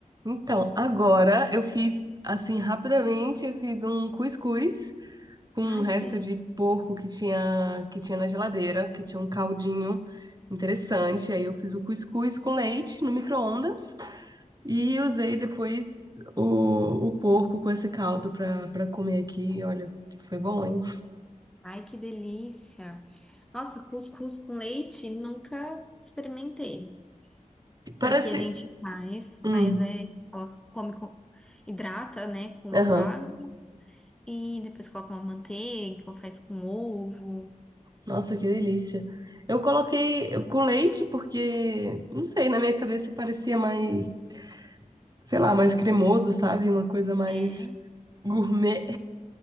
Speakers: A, on the right (about 30°); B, in the centre.
A: Então, agora eu fiz, assim, rapidamente, eu fiz um cuscuz com
B: Ai,
A: um resto
B: que delícia.
A: de porco que tinha, que tinha na geladeira, que tinha um caldinho interessante. Aí eu fiz o cuscuz com leite no micro-ondas e usei depois o, o porco com esse caldo pra, pra comer aqui. E Olha, foi bom, hein?
B: Ai, que delícia. Nossa, cuscuz com leite, nunca experimentei.
A: Parece...
B: Aqui a gente faz,
A: Hum,
B: mas é, ela come com, hidrata, né, com
A: aham.
B: água e depois coloca uma manteiga, ou faz com ovo.
A: Nossa, que delícia. Eu coloquei com leite porque, não sei, na minha cabeça parecia mais, sei lá, mais cremoso, sabe? Uma coisa mais
B: É.
A: gourmet,